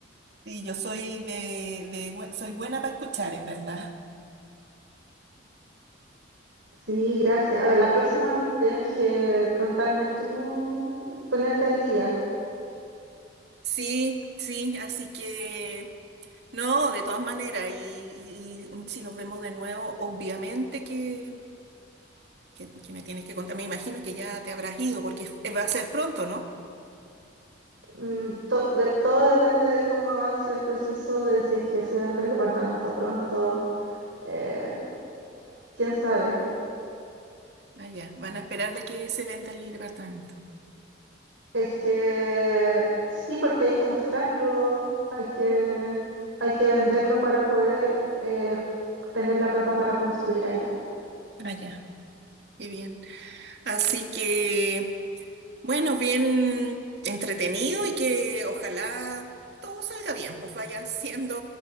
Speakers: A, on the right; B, on the right.
A: Y yo soy de, de bu- soy buena para escuchar, en verdad.
B: Sí, gracias. A ver, la próxima me- tienes que contarme tú, ponerte al día.
A: Sí, sí, así que no, de todas maneras, y, y- y si nos vemos de nuevo, obviamente que, que, que me tienes que contar, me imagino que ya te habrás ido, porque va a ser pronto, ¿no?
B: Mm, to- de- todo depende de cómo avance el proceso, de si es que se vende el departamento pronto, eh, quién sabe.
A: Ah, ya, van a esperar de que se venda el departamento.
B: Es que sí, porque hay que mostrarlo, hay que, hay que venderlo para poder eh, tener la plata para construir allá.
A: Ah, ya. Qué bien. Así que... Bueno, bien entretenido y que ojalá todo salga bien, pues vaya siendo